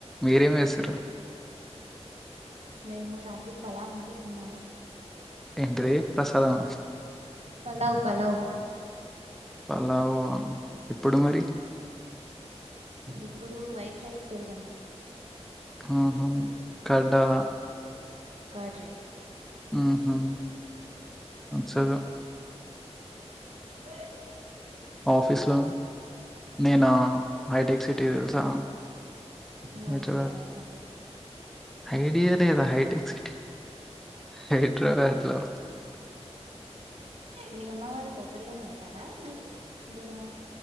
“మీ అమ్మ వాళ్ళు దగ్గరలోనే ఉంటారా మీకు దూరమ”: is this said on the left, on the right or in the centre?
Right